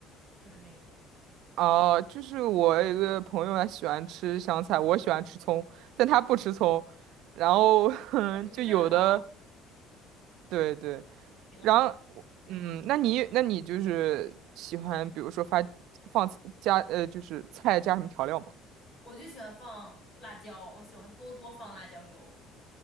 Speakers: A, on the left (about 30°); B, on the right (about 65°).
A: 就是那种。
B: 啊，就是我有一个朋友他喜欢吃香菜，我喜欢吃葱，但他不吃葱。然后
A: 嗯，
B: <laughs>
A: 那你们正好
B: 就有的，对对，
A: 挺好。
B: 然后嗯，那你那你就是喜欢，比如说发放加呃，就是菜加什么调料吗？
A: 我就喜欢放辣椒，我喜欢多多放辣椒油，